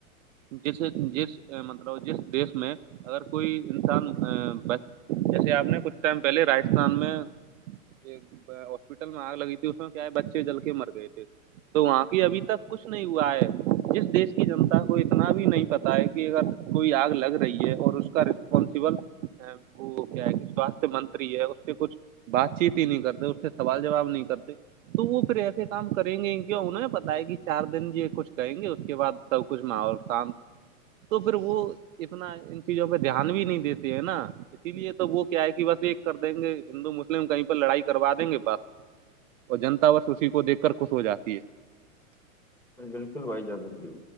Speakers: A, on the right (about 65°); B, in the centre.
A: جسے جس مطلب جس دیش میں اگر کوئی انسان جیسے آپ نے کچھ ٹائم پہلے راجستھان میں ایک ہاسپٹل میں آگ لگی تھی اس میں کیا ہے بچے جل کے مر گئے تھے تو وہاں کی ابھی تک کچھ نہیں ہوا ہے جس دیش کی جنتا کو اتنا بھی نہیں پتا ہوتا کہ اگر کوئی آگ لگ رہی ہے اور اس کا رسپانسبل وہ کیا ہے کہ سواستھ منتری ہے اس سے کچھ بات چیت ہی نہیں کرتے اس سے سوال جواب نہیں کرتے تو وہ پھر ایسے کام کریں گے کیا انہوںیں پتا ہے کہ چار دن یہ کچھ کہیں گے اس کے بعد سب کچھ ماحول کام تو پھر وہ اتنا ان چیزوں پہ دھیان بھی نہیں دیتے ہیں نا اسی لیے تو وہ کیا ہے کہ بس ایک کر دیں گے ہندو مسلم کہیں پر لڑائی کروا دیں گے بس اور جنتا وس اسی کو دیک کر خوش ہو جاتی ہے
B: بالکل بھائی جان بالکل